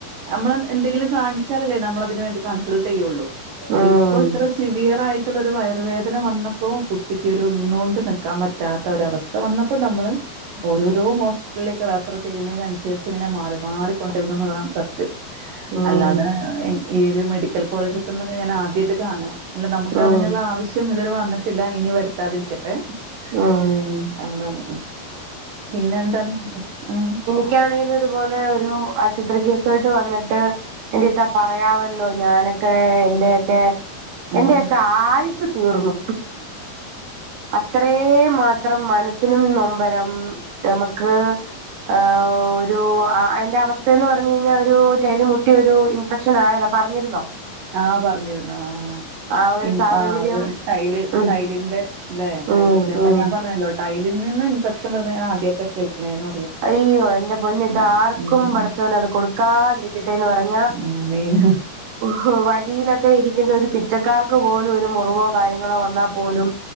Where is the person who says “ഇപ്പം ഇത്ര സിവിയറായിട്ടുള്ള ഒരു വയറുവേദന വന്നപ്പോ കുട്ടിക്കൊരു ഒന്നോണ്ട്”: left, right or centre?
Right